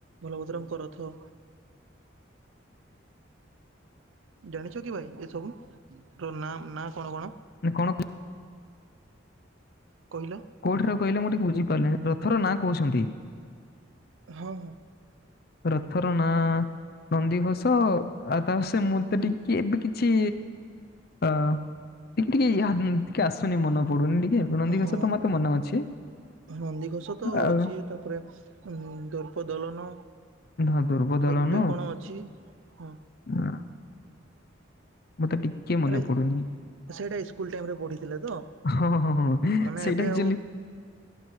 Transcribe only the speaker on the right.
ବଳଭଦ୍ର ଙ୍କ ରଥ ଜାଣିଛ କି ଭାଇ ଏସବୁ ର ନାଁ ନାଁ କଣ କଣ?
କହିଲ?
ହଁ ହଁ।
ହଁ
ନନ୍ଦିଘୋଷ ତ
ଅଛି ତାପରେ ଉଁ ଦର୍ପଦଲନ
ଆଉ ଗୋଟେ କଣ ଅଛି? ହଁ
ଆରେ
ସେଇଟା ସ୍କୁଲଟାଇମ ରେ ପଢିଥିଲେ ତ?
ମାନେ
ଏବେ
ଆଉ